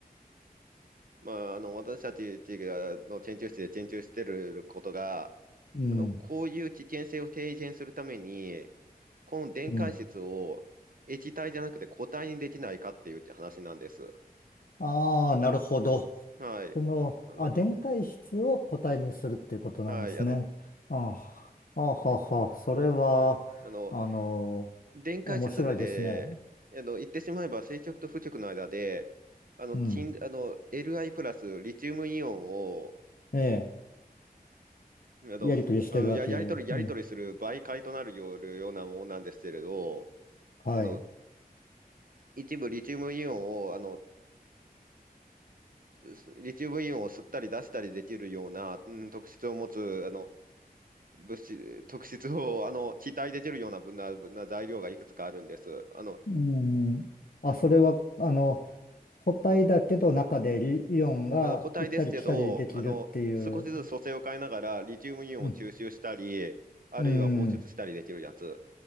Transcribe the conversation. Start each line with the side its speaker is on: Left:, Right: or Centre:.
Right: まあ、あの、私たちがの研究室で研究してることが、
Left: うん。
Right: あの、こういう危険性を低減するために、この電解質を液体じゃなくて固体にできないかっていう話なんです。
Left: うん。ああ、なるほど。
Right: はい。うんあの、
Left: その、あ、電解質を固体にするっていうことなんですね。
Right: はい。あの、
Left: ああ、ああはあはあ、それは、
Right: あの、
Left: あの、
Right: 電解質って、
Left: 面白いですね。
Right: あの、言ってしまえば正極と負極の間で、あの、
Left: うん。
Right: 金、あの、Li プラスリチウムイオンを
Left: ええ、
Right: あと、
Left: やりとりしてるわけ。
Right: うんや、やり取り、
Left: うん。
Right: やり取りする媒介となるようようなものなんですけれど、
Left: はい。
Right: あの、一部リチウムイオンを、あの、すリチウムイオンを吸ったり出したりできるような、うん、特質を持つ、あの、物質、特質を、あの、気体できるようなぶな、ぶな材料がいくつかあるんです。あの、
Left: うん。あ、それは、あの、固体だけど中でイイオンが行ったり来たりできるっていう。
Right: あの、固体ですけど、あの、少しずつ組成を変えながら、リチウムイオンを吸収したり、
Left: うん。
Right: あるいは放出したりできるやつ。
Left: うん。